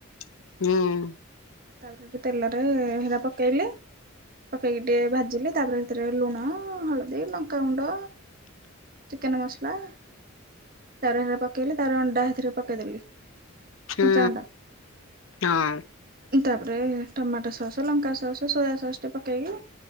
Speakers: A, on the left; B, on the right.
A: ହୁଁ
B: ତାପରେ ହେଠୁ ତେଲରେ ହେରା ପକେଇଲି ପକେଇକି ଟିକେ ଭାଜିଲେ ତାପରେ ସେଥିରେ ଲୁଣ, ହଳଦୀ, ଲଙ୍କାଗୁଣ୍ଡ ଚିକେନ ମସଲା, ତାରଥିରେ ପକେଇଲି ତା ପରେ ଅଣ୍ଡା ହେଥିରେ ପକେଇଦେଲି
A: ହୁଁ
B: କଞ୍ଚା ଅଣ୍ଡା
A: ହଁ
B: ତାପରେ ଟମାଟୋ ସସ୍, ଲଙ୍କା ସସ୍, ସୋୟା ସସ୍ ପକେଇକି